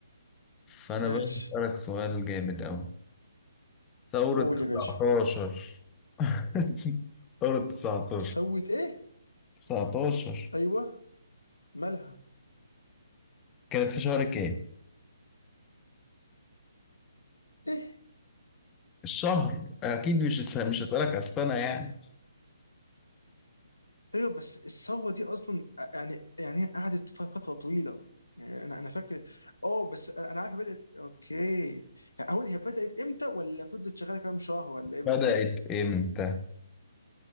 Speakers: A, on the left; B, on the left.
A: فانا
B: ماشي
A: بقى اسألك سؤال جامد أوي ثورة
B: قول
A: 19
B: يا باشا
A: <laughs> ثورة 19
B: سوت ايه
A: 19
B: ايوه مالها
A: كانت في شهر كام؟
B: ايه
A: الشهر اكيد مش الس- مش هسألك على السنة يعني
B: ايوه بس الثوره دي اصلا يعني يعني هي قعدت ف- فتره طويله يعني انا انا فاكر اه بس انا أنا عارف هي بدات اوكي يعني اقول هي بدات امتى ولا فضلت شغاله كام شهر ولا ايه بالظبط
A: بدأت امتى؟